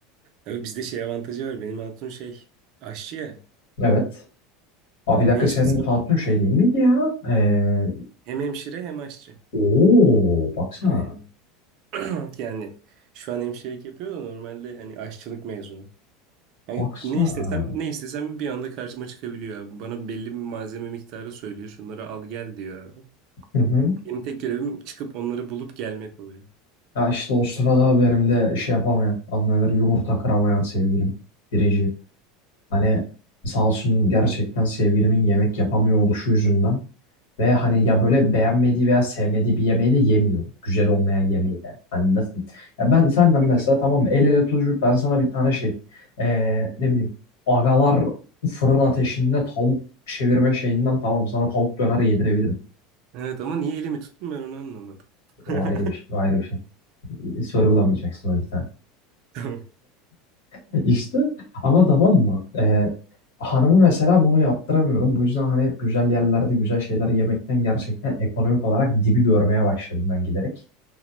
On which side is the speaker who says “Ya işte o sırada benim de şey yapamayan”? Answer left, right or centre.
Left